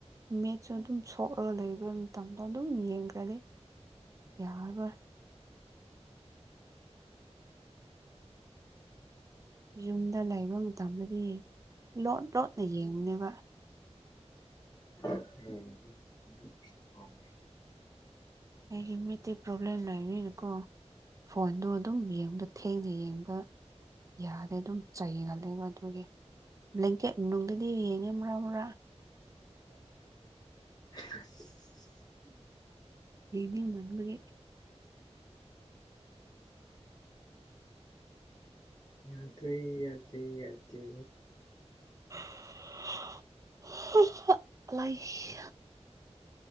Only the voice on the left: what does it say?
<unintelligible>
<inaudible>
ꯌꯥꯗ꯭ꯔꯦ ꯌꯥꯗꯦ ꯌꯥꯗꯦ